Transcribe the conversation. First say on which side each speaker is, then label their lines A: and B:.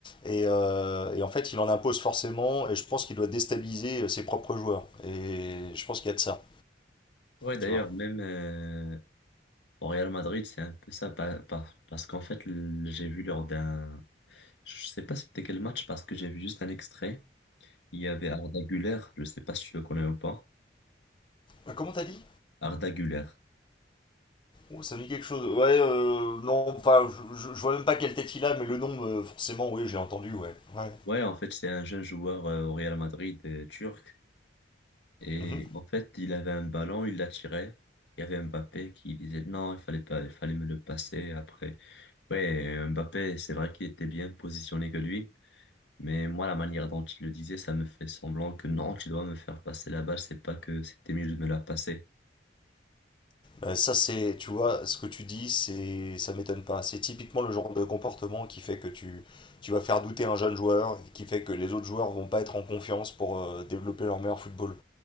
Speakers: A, on the left; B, on the left.
A: Et, euh, et en fait, il en impose forcément. Et je pense qu'il doit déstabiliser euh, ses propres joueurs. Et je pense qu'il y a de ça,
B: Ouais, d'ailleurs,
A: tu vois.
B: même euh, au Real Madrid, c'est un peu ça, par- par- parce qu'en fait, le- j'ai vu lors d'un, je sais pas c'était quel match, parce que j'ai vu juste un extrait. Il y avait Arda Güler, je sais pas si tu le connais ou pas.
A: Euh, Comment t'as dit?
B: Arda Güler.
A: Oh, Ça me dit quelque chose. Ouais, euh, non, enfin, je, je- je vois même pas quelle tête il a, mais le nom, euh, forcément, oui, j'ai entendu, ouais. Ouais.
B: Ouais, en fait, c'est un jeune joueur euh, au Real Madrid euh, turc. Et
A: Mhm.
B: en fait, il avait un ballon, il l'a tiré. Il y avait Mbappé qui disait non, il fallait pas, il fallait me le passer après. Ouais, Mbappé, c'est vrai qu'il était bien positionné que lui, mais moi, la manière dont il le disait, ça me fait semblant que non, tu dois me faire passer la balle, c'est pas que c'était mieux de me la passer.
A: Euh, ça, c'est, tu vois, ce que tu dis, c'est, ça m'étonne pas. C'est typiquement le genre de comportement qui fait que tu, tu vas faire douter un jeune joueur, qui fait que les autres joueurs vont pas être en confiance pour euh, développer leur meilleur football.